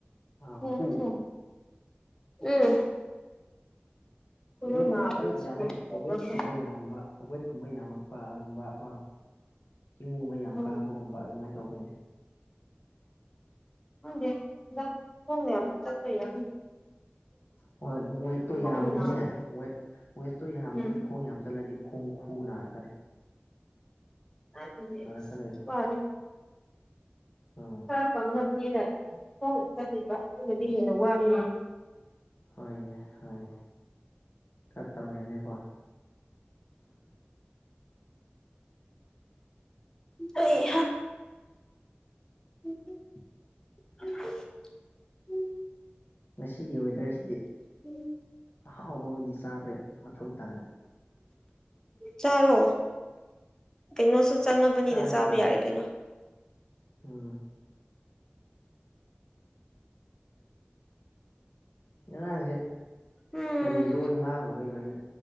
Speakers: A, on the left; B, on the left.
A: ꯑꯥ
B: ꯎꯝ
A: ꯈꯨ
B: ꯎꯝ ꯎꯝ ꯈꯨꯔꯨ
A: ꯋꯦꯠ
B: ꯅꯥꯕ
A: ꯋꯦꯠ
B: ꯉꯁꯤ
A: ꯌꯥꯝꯃꯛ
B: ꯀꯩꯒꯤ ꯇꯧꯕ꯭ꯔꯥ
A: ꯋꯦꯠꯀꯨꯝꯕ
B: ꯈꯪꯗꯦ
A: ꯌꯥꯝꯕ ꯋꯦꯠꯀꯨꯝꯕ ꯌꯥꯝꯃꯛ ꯄꯥꯒꯨꯝꯕ ꯀꯣ ꯆꯤꯡꯒꯨꯝꯕ ꯌꯥꯝ
B: ꯎꯝ
A: ꯀꯥꯕꯒꯨꯝꯕ ꯑꯗꯨꯃꯥꯏꯅ ꯇꯧꯕꯩꯅꯦ
B: ꯍ ꯍ ꯆꯄꯔ
A: ꯍꯣꯏ ꯋꯦꯠꯇꯣ ꯌꯥꯝꯃꯗꯤꯅꯦ
B: ꯈꯨꯎ ꯅꯥꯔꯤꯁꯦ
A: ꯋꯦ ꯋꯦꯠꯇꯣ ꯌꯥꯝꯃꯗꯤ
B: ꯎꯝ
A: ꯈꯣꯡ ꯌꯥꯝ ꯆꯠꯂꯗꯤ ꯈꯣꯡ ꯈꯨ ꯅꯥꯔꯛꯀꯅꯤ
B: ꯑꯗꯨ
A: ꯅꯥꯔꯛꯀꯅꯤꯗ
B: ꯐꯔꯦ
A: ꯎꯝ
B: ꯀꯥꯛꯄ ꯉꯝꯅꯦꯦꯅ ꯈꯣꯡꯅ ꯆꯠꯂꯤꯕ ꯑꯗꯨꯗꯗꯤ ꯍꯦꯟꯅ ꯋꯥꯂꯤ
A: ꯍꯅꯦ ꯍꯅꯦ ꯈꯔ ꯇꯧꯔꯦꯅꯦꯀꯣ
B: ꯑꯩ ꯎ ꯎꯝ ꯎꯝ
A: ꯉꯁꯤꯒꯤ ꯋꯦꯗꯔꯁꯤꯗꯤ
B: ꯎꯝ
A: ꯑꯍꯥꯎꯕ ꯑꯃꯗꯤ ꯆꯥꯕ ꯃꯊꯧ ꯇꯥꯔꯦ <inaudible>
B: ꯆꯥꯔꯣ ꯀꯩꯅꯣꯁꯨ ꯆꯪꯉꯕꯅꯤꯅ
A: ꯆꯥꯒꯗꯕꯅꯤ
B: ꯆꯥꯕ ꯌꯥꯔꯦ ꯀꯩꯅꯣ
A: ꯎꯝ ꯌꯦꯟꯅꯥꯡꯁꯦ
B: ꯎꯝ
A: ꯀꯔꯤ ꯂꯣꯟ ꯉꯥꯡꯉꯨꯕ ꯀꯩꯅꯣ ꯑꯩꯅ